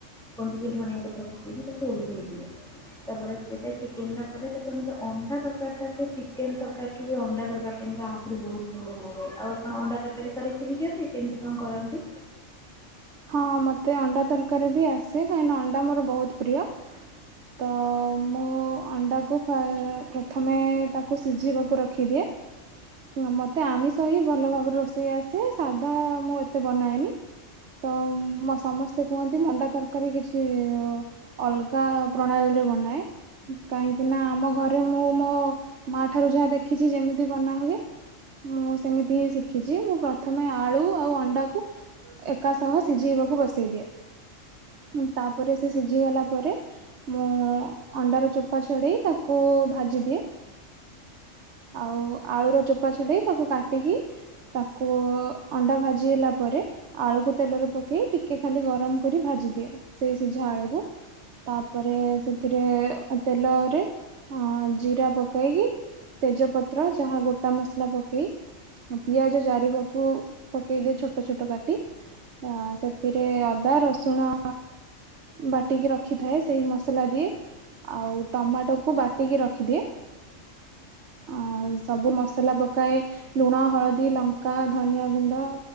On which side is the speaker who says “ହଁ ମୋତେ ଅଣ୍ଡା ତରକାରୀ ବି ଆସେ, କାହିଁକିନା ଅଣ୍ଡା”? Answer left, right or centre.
Right